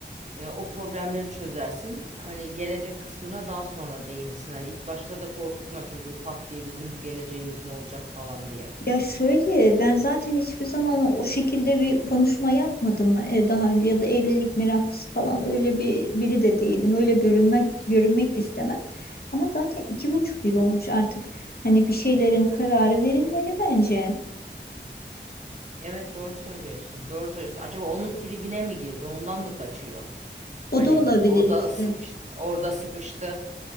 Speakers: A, on the right; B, on the left.
A: Ya o problemleri çözersin. Hani gelecek kısmına daha sonra değinirsin. Hani ilk başta da korkutma çocuğu pat diye bizim geleceğimiz ne olacak falan diye.
B: Ya şöyle ben zaten hiçbir zaman o şekilde bir konuşma yapmadım e, daha önce ya da evlilik meraklısı falan öyle bir biri de değilim. Öyle görünmek görünmek de istemem. Ama zaten iki buçuk yıl olmuş artık. Hani bir şeylerin kararı verilmeli bence.
A: Evet doğru söylüyorsun. Doğru söylüyorsun. Acaba onun tribine mi girdi? Ondan mı kaçıyor?
B: O
A: Hani
B: da olabilir
A: orada
B: işte.
A: sıkıştı. Orada sıkıştı.